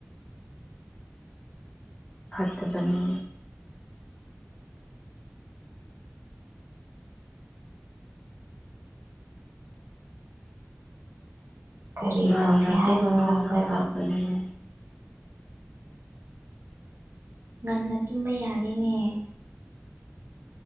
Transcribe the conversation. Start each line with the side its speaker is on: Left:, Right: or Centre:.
Left: ꯐꯠꯇꯕꯅꯤ
Right: ꯀꯔꯤ
Left: ꯉꯟꯅ
Right: ꯇꯧꯁꯤ ꯍꯥꯏꯕꯅꯣ
Left: ꯇꯨꯝꯕꯗꯨ
Right: ꯑꯩꯈꯣꯏꯕꯣ
Left: ꯅ ꯐꯕꯅꯦ
Right: ꯉꯟꯅ ꯇꯨꯝꯕ ꯌꯥꯔꯦꯅꯦ